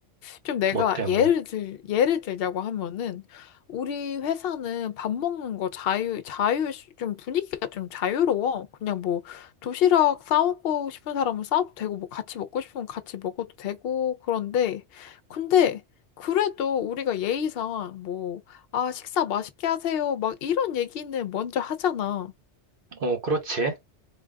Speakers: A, on the left; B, on the right.
A: 좀 내가
B: 뭐 때문에?
A: 예를 들, 예를 들자고 하면은, 우리 회사는 밥 먹는 거 자유, 자유, 좀 분위기가 좀 자유로워. 그냥 뭐, 도시락 싸우고 싶은 사람은 싸워도 되고, 뭐 같이 먹고 싶으면 같이 먹어도 되고, 그런데, 근데, 그래도 우리가 예의상 뭐, 아, 식사 맛있게 하세요. 막 이런 얘기는 먼저 하잖아.
B: 어, 그렇지.